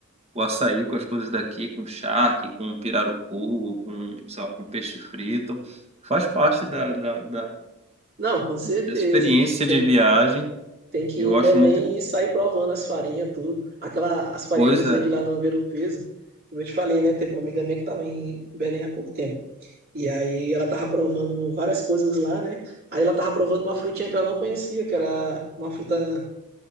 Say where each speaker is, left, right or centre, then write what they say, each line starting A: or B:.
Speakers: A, on the right; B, on the right.
A: o açaí com as coisas daqui, com charque, com pirarucu, com, sei lá, com peixe frito. Faz parte da, da, da,
B: não, com certeza.
A: dessa experiência
B: Tem,
A: de viagem.
B: Tem que
A: Eu
B: ir em
A: acho
B: Belém
A: muito
B: e sair provando as farinhas, tudo. Aquela, as farinhas
A: coisa
B: que eles vendem lá no Ver o Peso. Como eu te falei, né? Teve uma amiga minha que estava em Belém há pouco tempo. E aí ela tava provando várias coisas lá, né? Aí ela tava provando uma frutinha que ela não conhecia, que era uma fruta